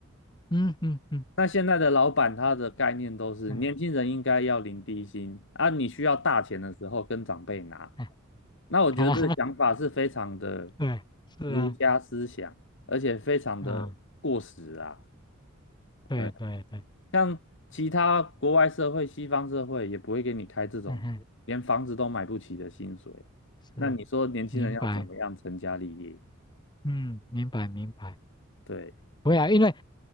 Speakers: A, on the left; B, on the left.
A: 嗯嗯嗯
B: 那现在的老板他的概念都是年轻人应该要领低薪，
A: 嗯，
B: 啊，你需要大钱的时候跟长辈拿。
A: 哎，
B: 那我觉得这个想法是非常的
A: <laughs> 好，对，是啊，
B: 儒家思想，而且非常的过时啊。
A: 啊、对对对，
B: 对像其他国外社会、西方社会也不会给你开这种连房子都买不起的薪水。
A: 嗯嗯，是，
B: 那你说年轻人要怎么样成家立业？
A: 明白，嗯，明白明白。
B: 对，
A: 不要，因为